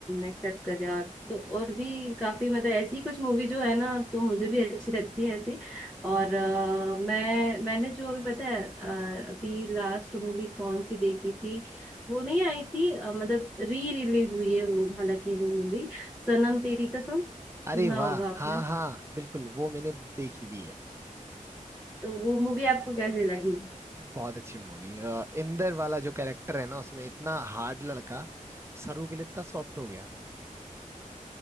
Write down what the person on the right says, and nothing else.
अरे
वाह
हाँ हाँ बिल्कुल वो मैंने देखी भी है
बहुत अच्छी मूवी इंदर वाला जो कैरेक्टर है ना उसमें इतना हार्ड लड़का सरू के लिए इतना सॉफ्ट हो गया